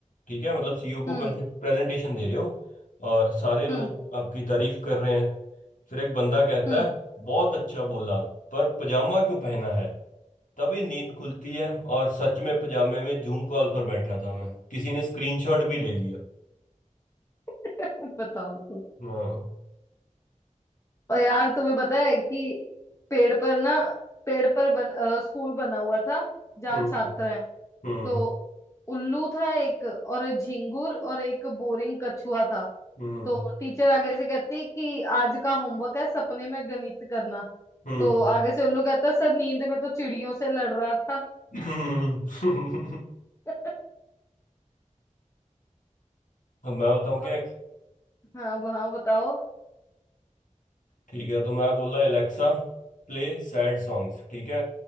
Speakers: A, on the left; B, on the left.
A: ठीक है मतलब सीईओ को
B: हम्म
A: वैसे प्रेजेंटेशन दे रहे हो और सारे लोग
B: हम्म।
A: आपकी तारीफ कर रहे हैं फिर एक बंदा कहता
B: हम्म
A: है बहुत अच्छा बोला पर पजामा क्यों पहना है तभी नींद खुलती है और सच में पजामे में जूम कॉल पर बैठा था मैं किसी ने स्क्रीनशॉट भी ले लिया
B: <laughs> बताओ तो
A: हाँ
B: और यार तुम्हें पता है कि पेड़ पर ना पेड़ पर बन, अ, स्कूल बना हुआ था जहाँ
A: हम्म
B: छात्र हैं
A: हम्म
B: तो उल्लू था एक और एक झिंगुर और एक बोरिंग कछुआ था
A: हम्म
B: तो टीचर आगे से कहती कि आज का होमवर्क है सपने में गणित करना
A: हम्म
B: तो आगे से उल्लू कहता सर नींद में तो चिड़ियों से लड़ रहा था
A: हम्म।
B: <laughs>
A: अब मैं बताऊं क्या
B: और हाँ वहाँ बताओ
A: ठीक है तो मैं बोला एलेक्सा प्ले सैड सॉन्ग्स ठीक है